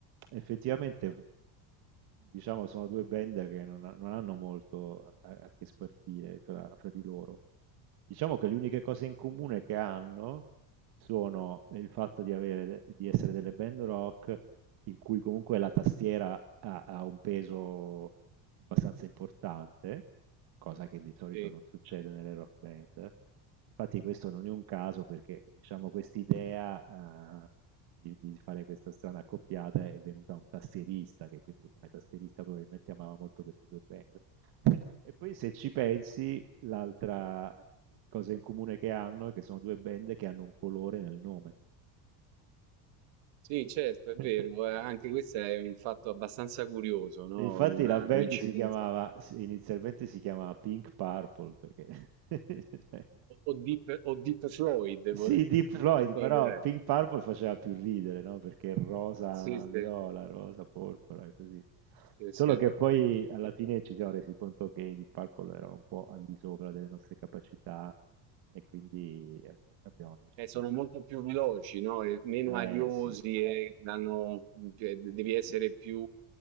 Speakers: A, on the right; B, on the right.
A: Effettivamente, f- diciamo, sono due band che non, ha- non hanno molto a, a che spartire fra, fra di loro. Diciamo che le uniche cose in comune che hanno sono il fatto di avere, di essere delle band rock in cui comunque la tastiera ha, ha un peso abbastanza importante, cosa che di solito
B: Sì.
A: non succede nelle rock band. Infatti questo non è un caso perché, diciamo, quest'idea, eh, di, di fare questa strana accoppiata è venuta un tastierista che quindi come tastierista probabilmente amava molto queste due band. <laughs> E poi se ci pensi, l'altra cosa in comune che hanno è che sono due band che hanno un colore nel nome.
B: Sì, certo, è vero,
A: <laughs>
B: eh, anche questo è un fatto abbastanza curioso, no?
A: Infatti
B: Una
A: la band
B: coincidenza.
A: si chiamava, si- inizialmente si chiamava Pink Purple perché <laughs> cioè,
B: O, o Deep, o Deep Floyd,
A: Sì,
B: volevo
A: Deep
B: dire. <laughs>
A: Floyd, però Pink Purple faceva più ridere, no? Perché rosa
B: Sì, sì,
A: viola, rosa porpora e così.
B: sì,
A: Solo
B: sì.
A: che poi alla
B: E
A: fine ci siamo resi conto che i Deep Purple erano un po' al di sopra delle nostre capacità e quindi ab- abbiamo deciso
B: e sono
A: di...
B: molto più veloci, no? E meno
A: Eh
B: ariosi
A: sì,
B: e danno, cioè, devi essere più